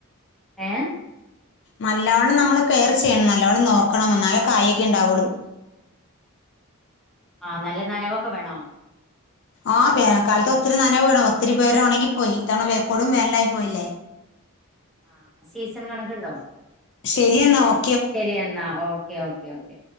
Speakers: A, in the centre; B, on the left.
A: ഏ
B: നല്ലവണ്ണം നമ്മള് കെയർ ചെയ്യണം നല്ലോണ്ണം നോക്കണം എന്നാലേ കായൊക്കെ ണ്ടാവുള്ളൂ
A: ആ നല്ല നനവൊക്കെ വേണോ
B: ആ വേനൽ കാലത്ത് ഒത്തിരി നനവ് വേണം ഒത്തിരി പേര്ടെ ഒണങ്ങി പോയി ഇത്തവണ കൊടും വേനലായി പോയില്ലേ
A: ആ സീസൺ കണക്ക്‌ണ്ടോ
B: ശരി എന്നാ ഓ
A: ശരിയെന്നാ ഓക്കെ ഓക്കെ ഓക്കെ